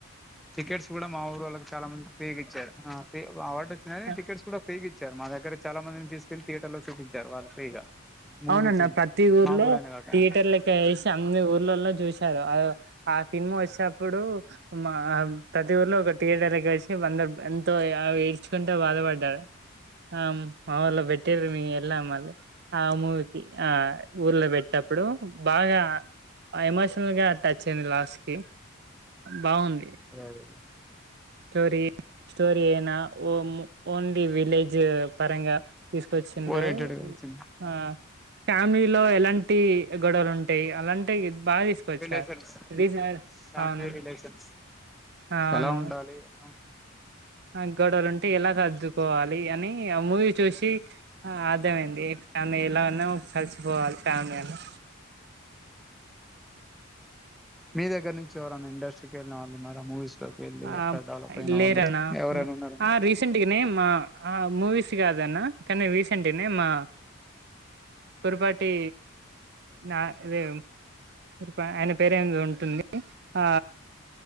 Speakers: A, in the centre; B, on the right (about 50°).
A: టికెట్స్ కూడా మా ఊరోళ్ళకి చాలా మందికి ఫ్రీ గీచ్చారు హా ఫ్రీ అవార్డ్ ఒచ్చిందనీ
B: వచ్చింది
A: టికెట్స్ కూడా ఫ్రీ గిచ్చారు మా దగ్గర చాలా మందిని తీసుకెళ్లి థియేటర్ లో చూపించారు వాళ్ళని ఫ్రీగా మూవీకి
B: అవునన్న ప్రతి ఊర్లో
A: మా ఊరని కాక
B: థియేటర్ లెక్క ఏసి అన్ని ఊర్లలో చూస్ ఆ ఆ సినిమా వచ్చినప్పుడు మా ప్రతి ఊర్లో ఒక థియేటర్ లెక్క ఏషి బంద ఎంతో అవ ఏడ్చుకుంట బాధపడ్డారు ఆ మా ఊళ్ళ పెట్టీర్ మేం ఎల్లం మరి ఆ మూవికి ఆ ఊర్లో పెట్టినప్పుడు బాగా ఎమోషనల్గా టాచ్ అయింది లాస్ట్ కి బాగుంది
A: అదే అదే
B: స్టోరీ స్టోరీ అయినా ఓన్లీ విలేజ్ పరంగా తీసుకొచ్చిండు
A: ఓరియంటెడ్ గా వచ్చింది
B: ఆ ఫ్యామిలీలో ఎలా అంటి గొడవలు ఉంటాయి అలా అంటి ఈ బాగా తీసుకోచ్చార్
A: రిలేషన్స్
B: తీసిన కూడ
A: ఫ్యామిలీ
B: అవును
A: రిలేషన్స్
B: అవును
A: ఎలా ఉండాలి ఎలా ఉ
B: ఆ గొడవలు ఉంటే ఎలా సర్దుకోవాలి అని అ మూవీ చూసి ఆ అర్దమై అయింది ఫ్యామిలను కలిసిపోవాలి కామియను
A: మీ దగ్గర నుంచి ఎవర అన్నా ఇండస్ట్రీకి వెళ్ళిన వాళ్ళు ఉన్నారా మూవీస్ లోకి వెళ్ళి
B: ఆ
A: అట్లా డెవలప్ అయిన
B: ఇద్ లేర
A: వాళ్ళు
B: అన్నా
A: ఎవరైనా ఉన్నారా
B: ఆ
A: ఫ్రెండ్స్
B: రీసెంట్గానే మా ఆ మూవీస్ కాద అన్న కానీ రీసెంట్నే మా కురుపాటి నా ఇదే పా ఆయన పేరే ఏమీదో ఉంటు ఉంది ఆ